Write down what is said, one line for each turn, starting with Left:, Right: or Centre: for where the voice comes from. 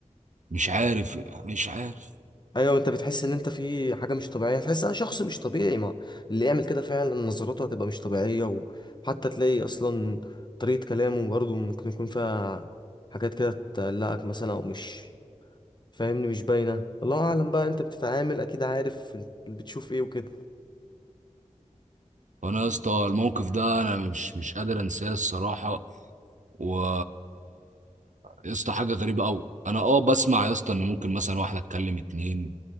Right: ومش عارف مش عارف
Left: ايوه انت بتحس ان انت في حاجه مش طبيعيه تحس انا شخص مش طبيعي ما اللي يعمل كده فعلا نظراته هتبقى مش طبيعيه وحتى تلاقي اصلا طريقه كلامه برضه ممكن يكون فيها حاجات كده تقلقك مثلا او مش فاهمني مش باينه الله اعلم بقى انت بتتعامل اكيد عارف اللي بتشوف ايه وكده
Right: فانا يا اسطى الموقف ده انا مش مش قادر انساه الصراحه و يا اسطى حاجه غريبه قوي انا اه بسمع يا اسطى ان ممكن مثلا واحده تكلم اتنين